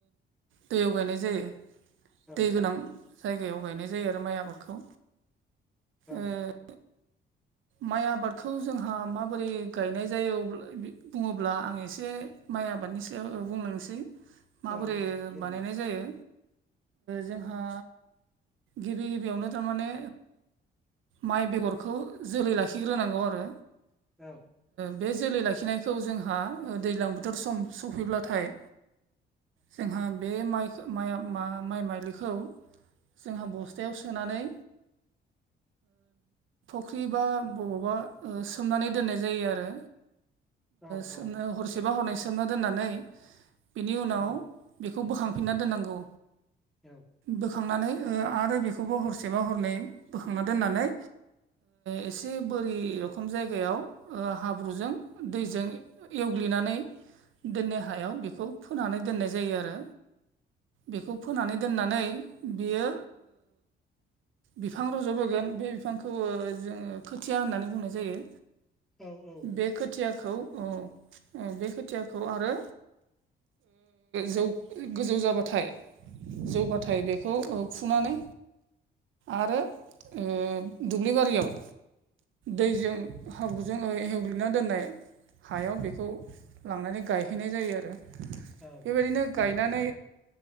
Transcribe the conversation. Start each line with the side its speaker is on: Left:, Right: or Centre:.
Right: दैयाव गायनाय जायो।
Centre: औ
Right: दै गोनां जायगायाव गायनाय जायो आरो माइ आबादखौ
Centre: औ
Right: ओ माइ आबादखौ जोंहा माबोरै गायनाय जायो बुङोब्ला आं एसे माइ आबादनि सायाव बुंलांनोसै माबोरै
Centre: औ औ दे
Right: बानायनाय
Centre: बुं
Right: जायो जोंहा गिबि गिबियावनो थारमाने माइ बेगरखौ जोलै लाखिग्रोनांगौ आरो
Centre: औ
Right: बे जोलै लाखिनायखौ जोंहा दैज्लां बोथोर सम सफैब्लाथाय जोंहा बे माइ माइ माइ माइलिखौ जोंहा बस्थायाव सोनानै फुख्रि बा बबावबा सोमनानै दोननाय जायो आरो
Centre: औ
Right: सोमनो
Centre: औ
Right: हरसे सेेबा हरनाय सोमना दोननानै बिनि उनाव
Centre: औ
Right: बेखौ बोखांफिनना दोननांगौ
Centre: औ
Right: बोखांनानै आरो बेखौबो हरसेबा हरनै बोखांना दोननानै एसे बोरि रोखोम जायगायाव हाब्रुजों दैजों एवग्लिनानै दोनो हायाव बेखौ फोनानै दोननाय जायो आरो बेखौ फोनानै दोननानै बियो बिफां रज'बबोोगोन बे बिफांखौ जोङो खोथिया होननानै बुंनाय जायो
Centre: औ औ
Right: बे खोथियाखौ औ औ बे खोथियाखौ आरो जौ गोजौ जाबाथाय जौबाथाय बेखौ ओ फुनानै आरो ओ दुब्लि बारियाव दैजों हाब्रुजों हेवग्लिना दोननाय हायाव बेखौ लांनानै गायहैनाय जायो आरो
Centre: औ
Right: बेबायदिनो गायनानै